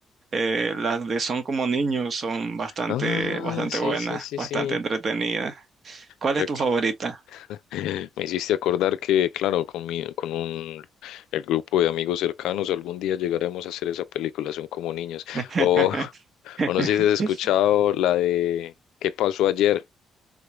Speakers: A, on the right; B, on the left.
A: eh, las de Son como niños son bastante,
B: Ah,
A: bastante
B: sí,
A: buenas,
B: sí, sí,
A: bastante
B: sí.
A: entretenidas. ¿Cuál
B: Creo
A: es tu
B: que
A: favorita?
B: <laughs> me hiciste acordar que, claro, con mi, con un el grupo de amigos cercanos, algún día llegaremos a hacer esa película, son como niños.
A: <laughs>
B: O, <laughs>
A: <laughs>
B: o no sé si has escuchado la de ¿Qué pasó ayer?